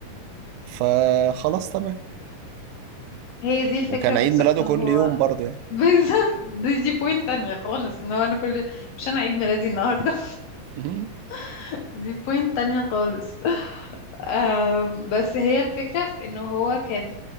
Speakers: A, on the right; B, on the left.
A: فخلاص تمام
B: هي دي الفكرة
A: وكان
B: بالظبط
A: عيد ميلاده
B: هو
A: كل يوم برضه يعني
B: <laughs> بالظبط دي دي بوينت تانية خالص ان هو انا كل مش انا عيد ميلادي النهاردة
A: مهم.
B: <laughs> دي بوينت تانية خالص <laughs> آم، بس هي الفكرة في انه هو كان